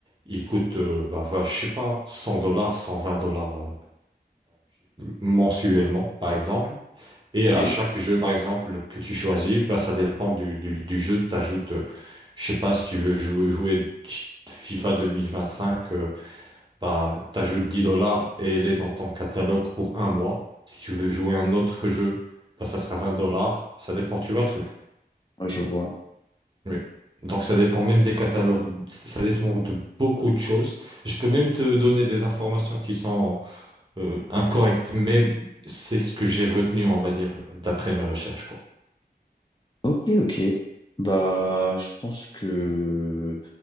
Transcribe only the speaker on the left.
Ok,
ouais, je vois.
Ok, ok. Bah, je pense que